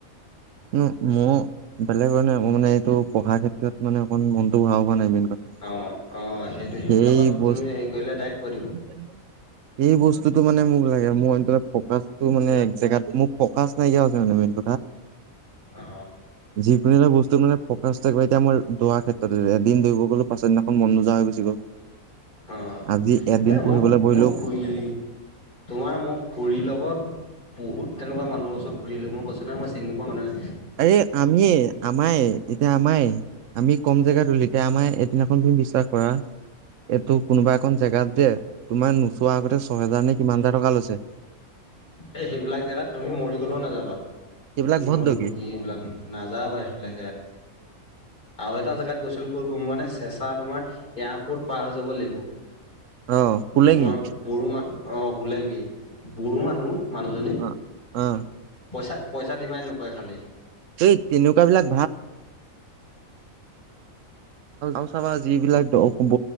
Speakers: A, on the right; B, on the left.
A: মই বেলেগ কাৰ নে মোৰ মানে এইটো পঢ়াৰ ক্ষেত্ৰত মানে অকণ মনটো বহাব পৰা নাই মেইন কথা
B: অ অ সেইটো সেইবিলাকত
A: সেই বস্তু
B: তুমি হেৰি কৰিলে ডাইৰেক্ট কৈ দিব
A: এইেই বস্তুটো মানে মোক লাগে মইটোপ মানেোত মোৰ ফ নাইকিয়া হৈছে মে
B: অ
A: যিকোনো এটা বস্তু মানে ফোক এতিয়া মই দ ক্ষেত্ৰত এদ দৌ গ'লো পাচছদিনাখন মনোজা হৈ গুি গ'ল
B: অ
A: আজি এদিন
B: এ
A: পঢ়িবলৈ
B: মোক
A: বহিলো
B: মই খুৰী তোমাৰ মোক খুৰীৰ লগত বহুত তেনেুৱা মানুৰ ওচৰতূৰিল মই কৈছ ন মই চিকোৱা মানুহে
A: আ আমিয়ে আমাই এতিয়া আমাই আমি কম জেগাত উলিতিয়া আম এদিনা ধ বিশ্বাস কৰা এইটো কোনোবা এখন জেগাত যে তোমাৰ চোৱা আগতে ছহেজাৰ নে কিমানটা টকা লৈছে
B: এই সেইবিলাক জেগাত তুমি মৰি গলেও নাযাবা
A: সেইবিলাক ভণ্ডগী
B: ঘোুগি এইবিলাক নাযা বাৰু সেইবিলাক জেগাত আৰু এটা জেগাত গৈছিলো ক'ত গম পোৱা নাই চেঁচা তোমাৰ এয়াৰপত পাৰ হৈ যাব লাগিব
A: অ' শুলেঙি
B: তোমাৰ ব়ো মা অ হোলেংগি বড়ো মানুহ মানুহজনী
A: অ' অ'
B: পইচা পইচা ডিমাণ্ড নকৰে খালী
A: এই তেনেকুৱা বিলাক াশাব যিবিলাক দ ব